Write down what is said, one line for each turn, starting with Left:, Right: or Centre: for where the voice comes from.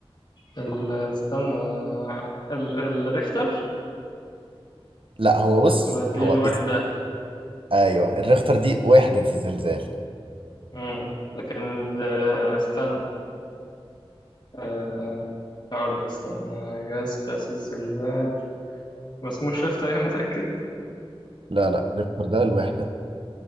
Left: ال... استنى ال... الريختر
Right: لا هو بص
Left: ولا دي
Right: هو
Left: الوحده
Right: اسم ايوه الريختر دي وحدة الزلزال
Left: مم. لكن ال- استنى آه، هقول لك استنى جهاز قياس الزلزال ما اسموش ريختر يا متأكد
Right: لا لا الريختر ده الوحدة